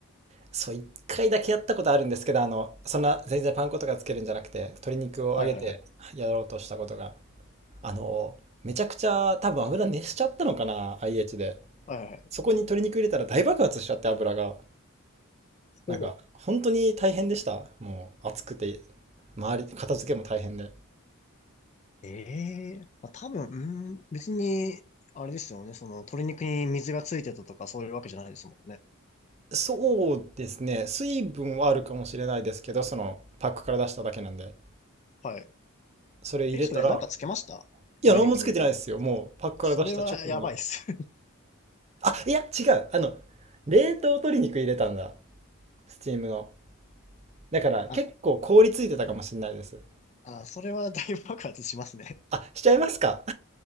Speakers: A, on the right (about 30°); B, on the left (about 30°).
A: そう、一回だけやったことあるんですけど、あの、そんな全然パン粉とかつけるんじゃなくて、鶏肉を揚げてやろうとしたことが。
B: はいはいはい。
A: あの、めちゃくちゃ多分油熱しちゃったのかな、IH で。
B: はいはいはい。
A: そこに鶏肉入れたら大爆発しちゃって油が。なんか、
B: ほう。
A: 本当に大変でした。もう暑くて、周り、片付けも大変で。
B: ええまあ、多分、うーん、別に、あれですよね。その、鶏肉に水がついてたとか、そういうわけじゃないですもんね。
A: そうですね。水分はあるかもしれないですけど、そのパックから出しただけなんで。
B: はい。
A: それ入れたら、
B: え、それ、なんかつけました鶏肉に。
A: いや、何もつけてないですよ。もうパックから出した直後の。
B: それはやばいっす。
A: あ、いや、違う。あの、冷凍鶏肉入れたんだ。スチームの。だから結構凍りついてたかもしれないです。
B: <laughs> あ、あ、それは大爆発しますね。
A: あ、しちゃいますか